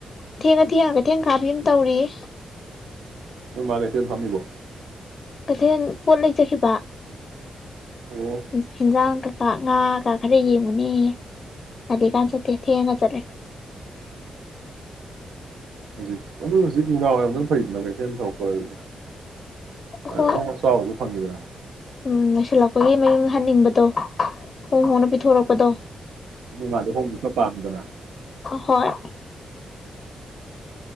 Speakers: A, on the left; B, on the right.
A: ꯊꯦꯡꯉ ꯊꯦꯡꯉꯒ ꯀꯩꯊꯦꯜ ꯀꯥꯕꯤꯑꯝ ꯇꯧꯔꯤꯌꯦ
B: ꯅꯣꯏ ꯃꯥ ꯀꯩꯊꯦꯜ ꯐꯝꯃꯤꯕꯣ
A: ꯀꯩꯊꯦꯜ ꯄꯣꯠ ꯂꯩ ꯆꯠꯈꯤꯕ
B: ꯑꯣ
A: ꯌꯦꯟꯁꯥꯡ ꯀꯩꯀꯥ ꯉꯥ ꯀꯥ ꯈꯔ ꯌꯦꯡꯉꯨꯅꯦꯌꯦ ꯉꯜꯂꯤꯀꯥꯟ ꯆꯠꯇꯦ ꯊꯦꯡꯉ ꯆꯠꯂꯤ
B: ꯍꯧꯖꯤꯛ ꯑꯗꯨ ꯍꯧꯖꯤꯛ ꯅꯨꯝꯗꯥꯡ ꯋꯥꯏꯔꯝꯗꯅ ꯐꯩꯗꯅ ꯀꯩꯊꯦꯜ ꯊꯣꯛꯄ ꯑ
A: ꯍꯣꯏ
B: ꯑꯍꯣꯡ ꯑꯆꯥꯎꯁꯨ ꯐꯪꯉꯤꯗꯅ
A: ꯎꯝ ꯂꯣꯏꯁꯤꯜꯂꯛꯄꯒꯤ ꯃꯌꯨꯝ ꯍꯟꯅꯤꯡꯕꯗꯣ ꯍꯣꯡ ꯍꯣꯡꯅ ꯄꯤꯊꯣꯔꯛ ꯄꯗꯣ
B: ꯅꯣꯏ ꯃꯥꯗꯣ ꯑꯍꯣꯡꯕꯗꯨꯅ ꯄꯥꯝꯃꯤꯗꯅ
A: ꯍꯣꯏ